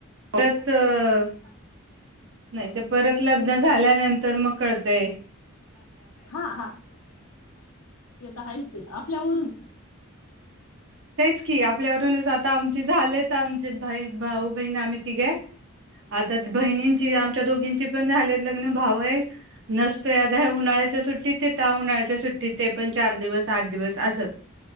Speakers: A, on the right; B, on the left.
A: <unintelligible> नाही ते परत लग्न झाल्यानंतर मग कळतंय
B: हा हा ते तर आहेच आपल्या वरून
A: तेचं की आपल्या वरून आता आमचं झालेत आमचं भाऊ बहिण आम्ही तिघ हाय आता बहिणींची आमच्या दोघींची पण झालेत लग्न भाऊ आहे नसतोय आता उन्हाळ्याच्या सुट्टीत त्या उन्हाळ्याच्या सुट्टीत ते पण चार दिवस आठ दिवस अस